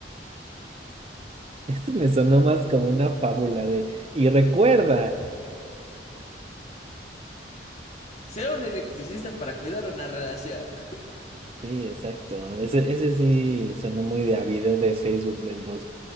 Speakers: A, on the right (about 35°); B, on the left (about 35°).
A: Este me sonó más como una fábula de... Y recuerda.
B: Sea un electricista para cuidar una relación.
A: Sí, exacto. Ese, ese sí sonó muy de a video de Facebook del